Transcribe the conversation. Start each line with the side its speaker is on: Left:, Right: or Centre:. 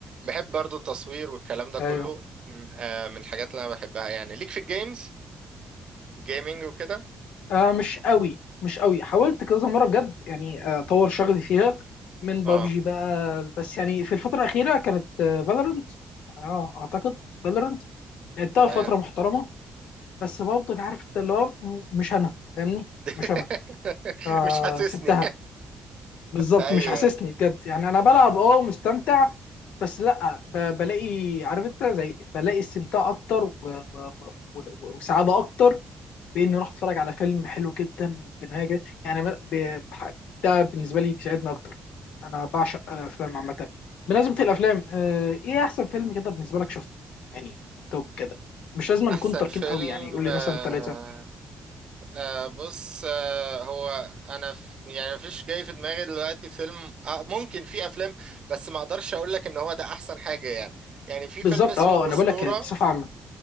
Right: بحب برضو التصوير والكلام ده كله
Left: ايوه
Right: م- آه من الحاجات اللي انا بحبها يعني ليك في الجيمز جيمنج وكده
Left: آه مش قوي مش قوي حاولت كذا مره بجد يعني آه، اطور شغلي فيها من
Right: اه
Left: بابجي بقى بس يعني في الفتره الاخيره كانت فالورنت اه اعتقد فالورنت لعبتها
Right: تمام
Left: لفتره محترمه بس برضه عارف انت اللي هو م- مش انا فاهمني
Right: <laughs>
Left: مش انا فسبتها
Right: مش حاسسني <laughs>
Left: بالظبط
Right: ايوه
Left: مش حاسسني بجد يعني انا بلعب اه ومستمتع بس لا ب- بلاقي عارف انت زي بلاقي استمتاع اكتر و... و... و... و- وسعاده اكتر باني اروح اتفرج على فيلم حلو جدا بنهايه جد- يعني ما- ب- بح- ده بالنسبه لي بيساعدني اكتر انا بعشق الافلام عامه بمناسبه الافلام آه، ايه احسن فيلم كده بالنسبه لك شفته يعني توب كده مش لازم نكون
Right: احسن
Left: تركين
Right: فيلم
Left: قوي يعني قول لي
Right: آه
Left: مثلا ثلاثه
Right: آه بص آه هو انا ف... يعني مفيش جاي في دماغي دلوقتي فيلم آه ممكن في افلام بس ما اقدرش اقول لك ان هو ده احسن حاجة يعني يعني في
Left: بالظبط
Right: فيلم اسمه
Left: اه
Right: الاسطورة
Left: انا بقول لك يعني بصفه عامه